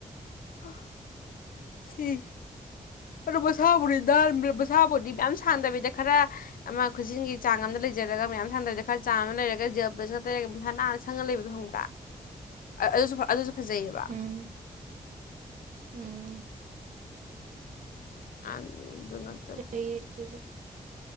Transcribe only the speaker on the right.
ꯎꯝ ꯎꯝ
ꯑꯗꯨꯁꯨ